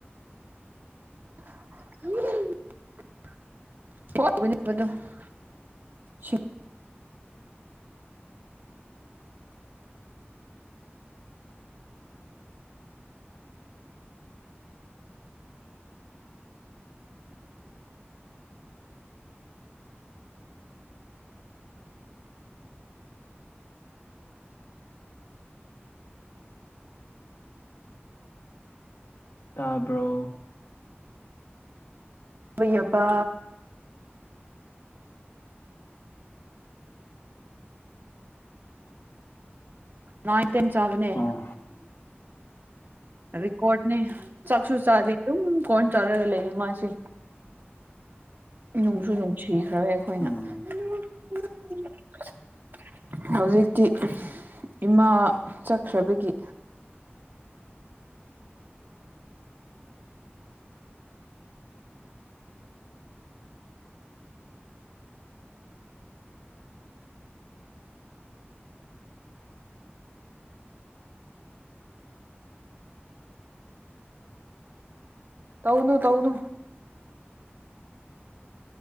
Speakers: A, on the right; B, on the left.
A: <unintelligible> <unintelligible> ꯁꯤꯡꯕ
B: ꯇꯥꯕ꯭ꯔꯣ
A: <unintelligible> ꯌꯝꯕ ꯅꯥꯏꯟ ꯇꯦꯟ ꯆꯥꯕꯅꯦ
B: ꯑꯣ
A: ꯑ ꯔꯦꯀꯣꯔꯠꯅꯦ ꯆꯥꯛꯁꯨ ꯆꯥꯗꯦ ꯑꯗꯨꯝ ꯀꯣꯔꯟ ꯆꯥꯔꯒ ꯂꯩꯌ‌ꯦ ꯃꯥꯁꯤ ꯅꯨꯡꯁꯨ ꯅꯨꯡꯁꯤꯈꯔꯦ ꯑꯩꯈꯣꯏꯅ
B: ꯎꯝ
A: <unintelligible> ꯍꯧꯖꯤꯛꯇꯤ ꯏꯃꯥ ꯆꯠꯈ꯭ꯔꯕꯒꯤ ꯇꯧꯅꯨ ꯇꯧꯅꯨ